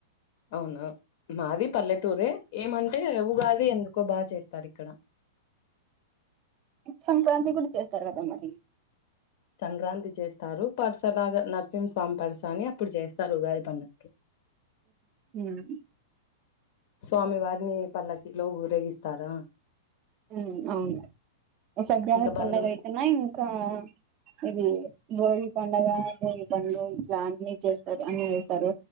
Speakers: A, on the left; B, on the right.
A: అవునా మాది పల్లెటూరే ఏమన్ టే ఉగాది ఎందుకో బాగా చేస్తారు ఇక్కడ
B: సంక్రాంతి కూడా చేస్తారు కదా మరి
A: సంక్రాంతి చేస్తారు పరసలాగా నరసింహస్వామి పరస అని అప్పుడు చేస్తారు ఉగాది పండక్కి.
B: ఉమ్
A: స్వామి వారిని పల్లకిలో ఊరేగిస్తారా
B: ఉ అవును సంక్రాంతి
A: ఇంకా బంధువు
B: పండగ అయితేనా ఇంకా ఇది భోగి పడుగ భోగి పండు ఇట్లా అన్ని చేస్తారు అన్ని చేస్తారు